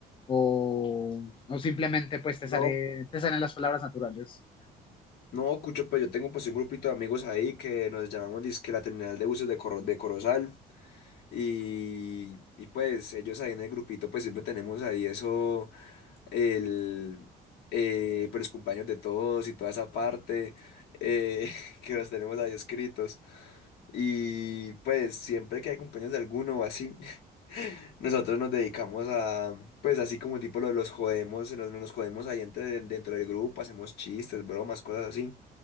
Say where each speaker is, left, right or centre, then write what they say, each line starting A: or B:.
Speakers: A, on the left; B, on the left.
A: o, o simplemente pues te
B: No,
A: sale, te salen las palabras naturales.
B: no, Cucho, pues yo tengo pues un grupito de amigos ahí que nos llamamos dizque la terminal de buses de, Corro- de Corozal. Y, y pues ellos ahí en el grupito, pues siempre tenemos ahí eso el, eh, pues los cumpleaños de todos y toda esa parte eh, <laughs> que los tenemos ahí escritos. Y pues siempre que hay cumpleaños de alguno o así, <laughs> nosotros nos dedicamos a, pues así como tipo lo de los jodemos, nos, nos jodemos ahí entre, dentro del grupo, hacemos chistes, bromas, cosas así.